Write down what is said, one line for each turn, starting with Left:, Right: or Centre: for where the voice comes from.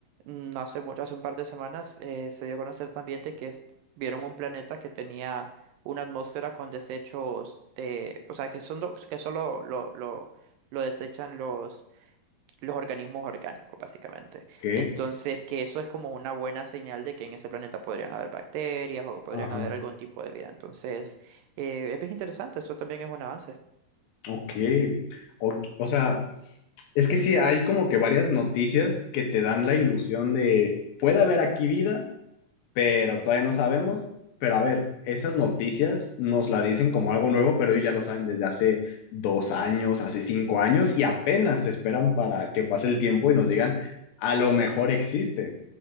Right: no hace mucho, hace un par de semanas, eh, se dio a conocer también de que est- vieron un planeta que tenía una atmósfera con desechos de, o sea, que son lo- que solo lo, lo, lo desechan los, los organismos orgánicos, básicamente.
Left: Ok,
Right: Entonces, que eso es como una buena señal de que en ese planeta podrían haber bacterias o podrían
Left: ajá.
Right: haber algún tipo de vida. Entonces, eh, es bien interesante, eso también es un avance.
Left: Ok. Ok, O sea, es que sí, hay como que varias noticias que te dan la ilusión de puede haber aquí vida pero todavía no sabemos. Pero a ver, esas noticias nos la dicen como algo nuevo, pero ellos ya lo saben desde hace dos años, hace cinco años, y apenas se esperan para que pase el tiempo y nos digan, a lo mejor existe,